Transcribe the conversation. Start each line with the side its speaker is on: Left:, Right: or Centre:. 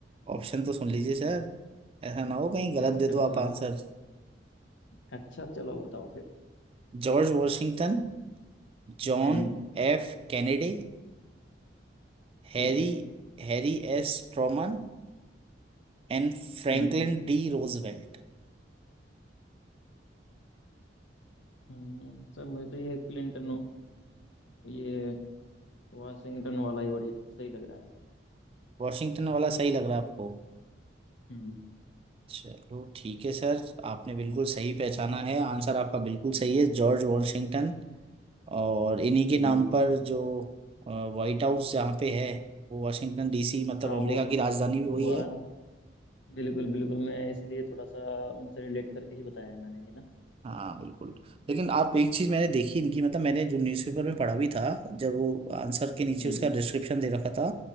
Right: ऑप्शन तो सुन लीजिए सर ऐसा ना हो कहीं गलत
Left: अच्छा
Right: दे दो
Left: चलो सुना
Right: आप answer
Left: अच्छा चलो बताओ फिर
Right: George Washington John
Left: हम्म
Right: F Kennedy Harry
Left: ठीक है
Right: Harry S Truman and Franklin
Left: हम्म
Right: D Roosevelt
Left: हम्म, सर मुझे तो ये क्लिंटन ये वाशिंगटन वाला ही बढ़िया सही लग रहा है
Right: Washington वाला सही लग रहा है आपको
Left: हम्म
Right: चलो ठीक है सर आपने बिल्कुल सही पहचाना है आंसर आपका बिल्कुल सही है जॉर्ज वॉशिंगटन और इन्हीं के
Left: जी
Right: नाम पर जो व्हाइट हाउस जहाँ पे है वो वॉशिंगटन डीसी मतलब
Left: हाँ वो,
Right: अमेरिका की राजधानी भी
Left: वो
Right: वही है
Left: बिल्कुल बिल्कुल मैं इसलिए थोड़ा सा उनसे रिलेट करके ही बताया है मैंने ये ना
Right: हाँ बिल्कुल लेकिन आप एक चीज मैंने देखी इनकी मतलब मैंने जो न्यूज़पेपर में पढ़ा भी था जब वो आंसर के नीचे
Left: जी
Right: उसका डिस्क्रिप्शन दे रखा था